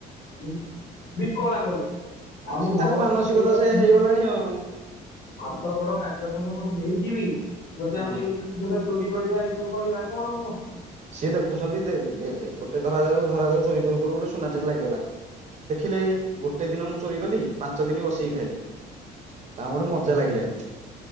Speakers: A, on the left (about 60°); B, on the right (about 45°).
A: ମୁଁ ବିକଳାଙ୍ଗ ଲୋକ ଆଉ
B: ସେ ତାଙ୍କ
A: ଭଗବାନଙ୍କୁ
B: ମାନସିକତା ସେ ହେଇଗଲାଣି ଆଉ
A: ହାତ ଗୋଡ କାର୍ଯ୍ୟକ୍ରମ ସବୁ ନେଇକିବି ଯଦି
B: ହୁଁ।
A: ଆମେ ଏଇ ଜିନିଷ ଚୋରି କରିବା ଏଇ ସବୁ କରିବା କଣ ହବ?
B: ସିଏ ଦେଖୁଛନ୍ତି ଦେଖେ ଦେଖେ ଗୋଟେ ଧରା ଯାଉ ଧରା ଯାଉ ଚୋରି କର କରୁ ଗୋଟେ ସୁନାଚେନ୍ ଲାଗିଗଲା ଦେଖିଲେ ଇଏ ଗୋଟେ ଦିନ ମୁଁ ଚୋରି କଲି ପାଞ୍ଚ ଦିନ ବସିକି ଖାଇଲି। ତାଙ୍କୁ ଗୋଟେ ମଜା ଲାଗିଲାଣି।